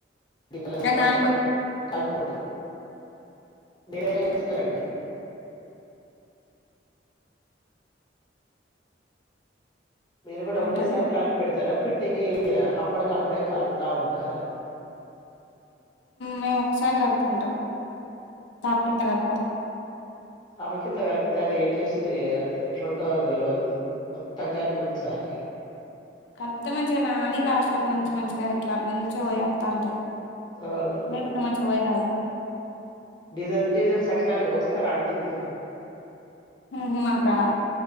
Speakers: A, on the left (about 25°); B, on the left (about 75°).
A: గిన్నెలా వేసి కలిపి
B: నానకొ
A: కలుపుకుంటాం మీరేలా ఏస్తారండి మీరు కూడా ఒకటేసారి
B: అంటది
A: కలిపి పెడతారా పిండిని అప్పటికప్పుడే, కల్పుతా ఉంటు ఉంటారా
B: మేము ఒకసారి కలుపుకుంటాం తప్పకింత కలుపం
A: తప్పకింత కలిపితే అది ఏ టేస్ట్ ఎట్లుంటందో తెలియదు మొత్తం కల్పించలి.
B: కలిపితే మంచిగా నా అని లాస్ట్ వాళ్ళకు మంచి మంచిగా ఇట్లా మంచిగా పోయివాతంటది.
A: అవును
B: లేకుంటే మంచి గా పోయరాదు, <unintelligible>
A: డిజైన్ డిజైన్ సకినాలు పోస్తారా, అండి మీరు
B: ఉహు మాకు రాదు